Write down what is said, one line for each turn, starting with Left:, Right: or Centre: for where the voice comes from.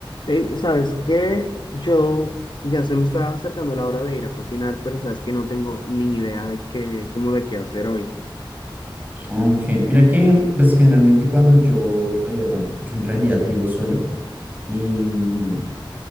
Left: Hey, ¿sabes qué? Yo ya se me está acercando la hora de ir a cocinar, pero sabes que no tengo ni idea de qué, cómo de qué hacer hoy.
Right: Ok, mira que pues generalmente cuando yo, eh, bueno, yo en realidad vivo solo y, mm,